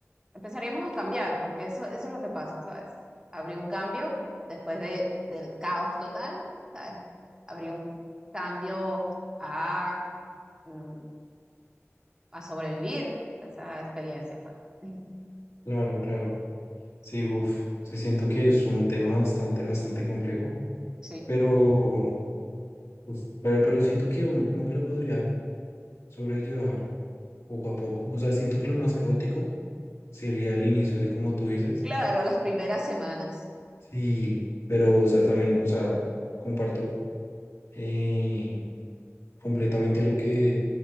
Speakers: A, on the right; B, on the left.
A: empezaríamos a cambiar, porque eso, eso es lo que pasa, ¿sabes? Habría un cambio después de, del caos total, ¿sabes? Habría un cambio a... mm, a sobrevivir a esa experiencia, pues. <laughs>
B: claro, claro. Sí, uff, sí siento que es un tema bastante, bastante complejo,
A: Sí.
B: pero, pues, pero, pero siento que uno como que lo podría sobrellevar poco a poco. O sea, siento que lo más caótico sería el inicio, así como tú dices.
A: Claro, las primeras semanas.
B: Sí, pero, o sea, también, o sea, comparto eh, completamente lo que,